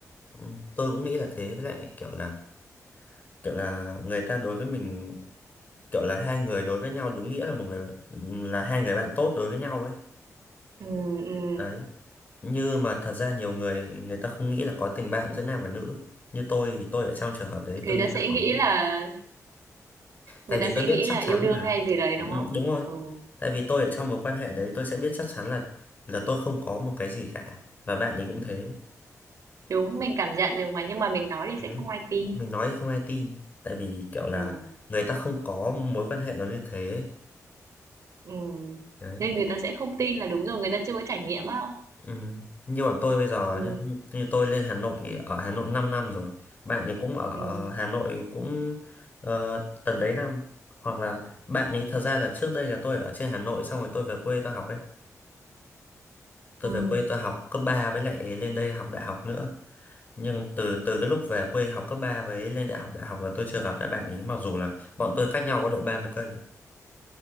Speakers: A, on the left; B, on the right.
A: ừ, tôi cũng nghĩ là thế với lại kiểu là kiểu là người ta đối với mình kiểu là hai người đối với nhau đúng nghĩa là một người là hai người bạn tốt đối với nhau ấy
B: Ừ, ừ.
A: đấy như mà thật ra nhiều người người ta không nghĩ là có tình bạn giữa nam và nữ như tôi thì tôi ở trong trường hợp đấy
B: Người
A: tôi nghĩ
B: ta sẽ
A: là có
B: nghĩ là
A: tại
B: người
A: vì
B: ta sẽ
A: tôi biết
B: nghĩ
A: chắc
B: là
A: chắn
B: yêu đương
A: là
B: hay gì đấy đúng
A: ừ,
B: không?
A: đúng rồi
B: Ừ,
A: tại vì tôi ở trong mối quan hệ đấy tôi sẽ biết chắc chắn là là tôi không có một cái gì cả và bạn ấy cũng thế
B: đúng mình cảm nhận được mà nhưng mà mình nói thì
A: Đấy.
B: sẽ không ai tin.
A: Mình nói không ai tin tại vì kiểu là
B: Ừ,
A: người ta không có mối quan hệ nó như thế
B: ừ.
A: đấy
B: Nên người ta sẽ không tin là đúng rồi, người ta chưa có trải nghiệm á.
A: ừ. như bọn tôi bây giờ
B: Ừ,
A: nhá, như, như tôi lên Hà Nội ở Hà Nội 5 năm rồi bạn ấy cũng ở
B: ừ,
A: Hà Nội cũng ờ, tầm đấy năm hoặc là bạn ấy thật ra là trước đây là tôi ở trên Hà Nội xong rồi tôi về quê tôi học ấy tôi
B: ừ.
A: về quê tôi học cấp 3 với lại lên đây học đại học nữa nhưng từ từ cái lúc về quê học cấp 3 với lên đại học đại học là tôi chưa gặp lại bạn ấy mặc dù là bọn tôi cách nhau có độ 30 cây